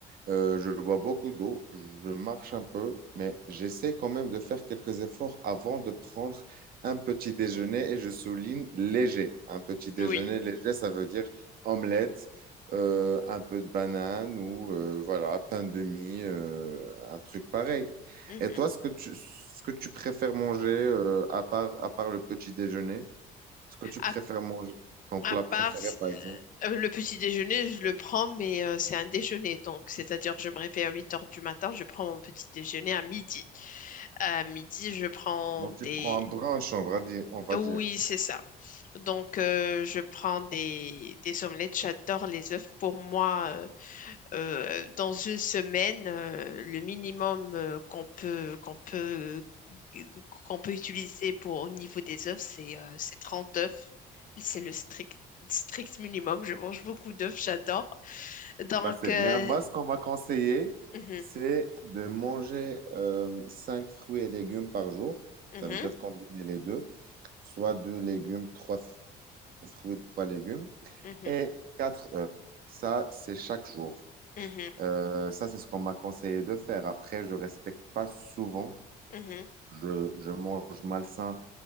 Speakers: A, on the right; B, on the left.
A: Euh, je bois beaucoup d'eau, je marche un peu, mais j'essaie quand même de faire quelques efforts avant de prendre un petit déjeuner et je souligne léger. Un petit déjeuner
B: Oui.
A: léger, ça veut dire omelette, euh, un peu de banane ou euh, voilà, pain de mie, euh, un truc pareil.
B: Mhm.
A: Et toi, ce que tu, ce que tu préfères manger euh, à part, à part le petit déjeuner, ce que tu
B: À,
A: préfères manger, ton plat
B: à
A: préféré
B: part
A: par exemple.
B: euh, le petit déjeuner, je le prends, mais euh, c'est un déjeuner. Donc, c'est-à-dire, je me réveille à 8 heures du matin, je prends mon petit déjeuner à midi. À midi, je prends
A: Donc
B: des
A: tu prends un brunch, on va dire, on va
B: Oui,
A: dire.
B: c'est ça. Donc, euh, je prends des, des omelettes. J'adore les œufs. Pour moi, euh, euh, dans une semaine, euh, le minimum euh, qu'on peut, qu'on peut, qu'on peut utiliser pour, au niveau des œufs, c'est euh, c'est 30 œufs. C'est le strict, strict minimum. Je mange beaucoup d'œufs. J'adore. Donc,
A: Bah, c'est
B: euh,
A: bien. Moi, ce qu'on m'a conseillé,
B: mhm,
A: c'est de manger euh, 5 fruits et légumes par jour.
B: mhm,
A: Ça veut dire combiner les deux, soit 2 légumes, 3 fruits, 3 légumes
B: mhm,
A: et 4 œufs. Ça, c'est chaque jour.
B: mhm,
A: Euh, ça, c'est ce qu'on m'a conseillé de faire. Après, je respecte pas souvent.
B: mhm,
A: Je, je mange malsain